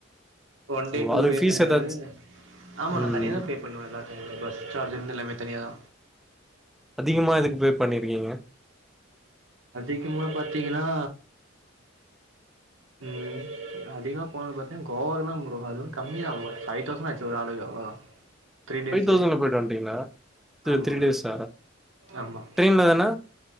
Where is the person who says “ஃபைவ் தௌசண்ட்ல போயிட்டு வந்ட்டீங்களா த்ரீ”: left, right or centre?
Centre